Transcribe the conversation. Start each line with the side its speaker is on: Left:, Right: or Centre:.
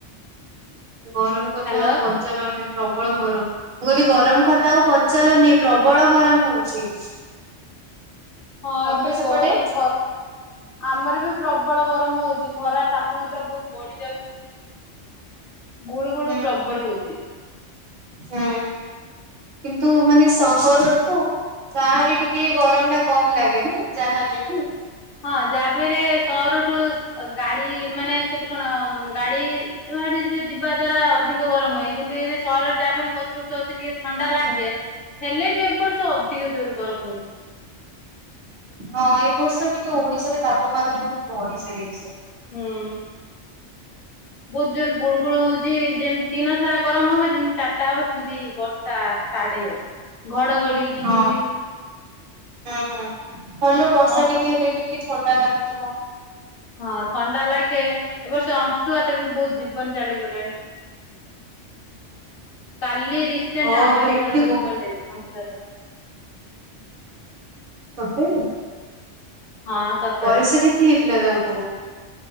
Right: ଗରମ କଥା
Left: ହ୍ୟାଲୋ।
Right: ଆଉ ପଚାରନି ପ୍ରବଳ ଗରମ। ମୁଁ କଇଲି ଗରମ ଖତା ଆଉ ପଚାରନି ପ୍ରବଳ ଗରମ ହଉଛି।
Left: ହଁ
Right: ତମର
Left: ଏବେ
Right: ସେପଟେ?
Left: ଗରମ ଖର ଆମର ବି ପ୍ରବଳ ଗରମ ହଉଛି ଖରା ତାପମାତ୍ରା ବହୁତ ବଢି ଯାଉଛି।
Right: <inaudible>
Left: ଗୁଳୁ ଗୁଳୁ
Right: ହୁଁ ହୁଁ
Left: ପ୍ରବଳ ହଉଛି।
Right: ହୁଁ କିନ୍ତୁ ମାନେ ସହରଠୁ ବାହାରେ ଟିକେ ଗରମ ଟା କମ ଲାଗେ ନା ଯାହାହେଲେବି।
Left: ହଁ ଯାହା ବି ହେଲେ ସହରଠୁ ଗାଡି ମାନେ ସେଠି କଣ ଗାଡି ଏ ଯିବା ଦ୍ଵାରା ଅଧିକ ଗରମ ହୁଏ କିନ୍ତୁ ଏ ସହରରେ ଯାନି ଗଛ ବଛ ଅଛି ଟିକେ ଥଣ୍ଡା ଲାଗେ
Right: ହଁ
Left: ହେଲେ ବି ଏ ବର୍ଷ ଅଧିକ ଜୋର ଗରମ ହଉଛି।
Right: ହଁ ଏ ବର୍ଷ ଟିକେ ଓଡିଶାରେ ତାପମାତ୍ରା ବହୁତ ବଢି ଯାଇଛି।
Left: ହୁଁ। ବହୁତ ଜୋରରେ ଗୁଳୁ ଗୁଳ ହଉଛି ଯେମତି ଦିନ ସାରା ଗରମ ହବ ଯେମିତି ଚାରିଟା ହବ ସେମିତି ବର୍ଷା ଟାଟ ହେଇ ଯାଉଛି ଘଡଘଡି ବିଜୁଳି
Right: ହଁ ହଁ ହଁ ଭଲ ବର୍ଷା
Left: ଅଁ
Right: ଟିକେ ଦେବେ ଟିକେ ଥଣ୍ଡା ଲାଗୁଥିବ।
Left: ହଁ ଥଣ୍ଡା ଲାଗେ ଏବର୍ଷ ଅଂଶୁଘାତ ରେ ବି ବହୁତ ଜୀବନ ଚାଲିଗଲାଣି କାଲି ଦେଖି ସେନ୍ତି
Right: ହଁ
Left: ଆମ
Right: ପରେ
Left: ଏଠି
Right: ଏତେ
Left: ଜଣଙ୍କ
Right: ଗ
Left: ଜୀବନ ଯାଇଛି ଅଂଶୁଘାତ ରେ।
Right: ସତରେ!
Left: ହଁ ସତରେ।
Right: ବୟସ କେତେ ହେଇଥିଲା ତାଙ୍କୁ?